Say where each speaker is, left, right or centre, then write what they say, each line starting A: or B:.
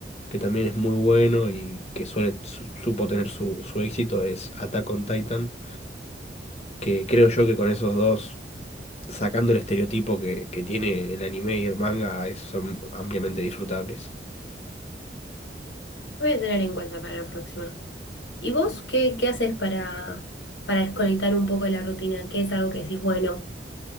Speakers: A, on the left; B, on the left.
A: que también es muy bueno y que suele, su- supo tener su, su éxito es Attack on Titan, que creo yo que con esos dos, sacando el estereotipo que, que tiene el anime y el manga, es- son ampliamente disfrutables.
B: voy a tener en cuenta para la próxima. ¿Y vos qué, qué haces para, para desconectar un poco de la rutina? ¿Qué es algo que decís, bueno,